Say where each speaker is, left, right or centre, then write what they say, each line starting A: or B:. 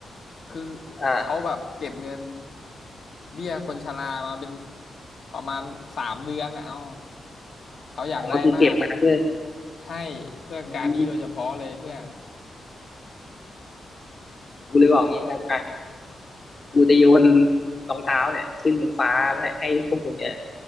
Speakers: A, on the left; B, on the left.
A: คือ
B: อ่า
A: เขาแบบเก็บเงินเบี้ยคนชรามาเป็นประมาณสามเดือนอ่ะเอ้าเขาอยากได้มากอ่ะ
B: ของก็คือเก็บมาเพื่อ
A: ใช่เพื่อการนี้โดยเฉพาะเลยเพื่อน
B: อืมกูเลยบอกอย่างนี้กันอ่ะ กูจะโยนรองเท้าเนี่ยขึ้นบนฟ้าแล้วให้ให้พวกคุณเนี่ย